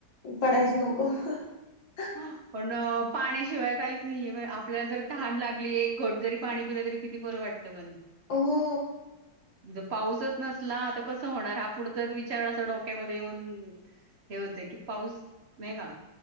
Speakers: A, on the left; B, on the right.
A: पडायच नक. <inaudible>
B: हा, पण पाण्याशिवाय काहीच नाहीये ब आपल्याल जर तहाण लागली एक घोट जरी पाणी पिलं तरी किती बरं वाटतं बर.
A: अ हो.
B: ज पाऊसच नसला त कस होणार हा पुढचाज विचार अस डोक्यामध्ये येऊन हे होतय कि पाऊस नाही का